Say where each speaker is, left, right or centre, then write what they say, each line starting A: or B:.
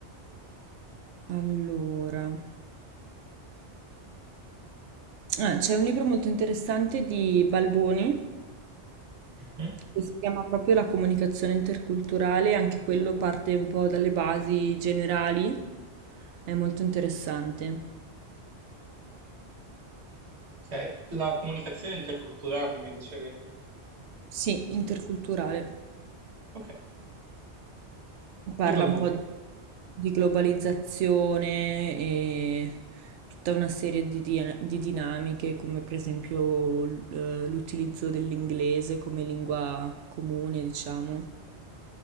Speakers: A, on the right; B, on the right.
A: Allora. Ah, c'è un libro molto interessante di Balboni
B: Mhm.
A: che si chiama proprio La comunicazione interculturale, anche quello parte un po' dalle basi generali, è molto interessante.
B: Ok, la comunicazione interculturale mi dicevi.
A: Sì, interculturale.
B: Ok,
A: Parla
B: di Balboni.
A: un po' di di globalizzazione e tutta una serie di, dia- di dinamiche, come per esempio l- eh, l'utilizzo dell'inglese come lingua comune, diciamo.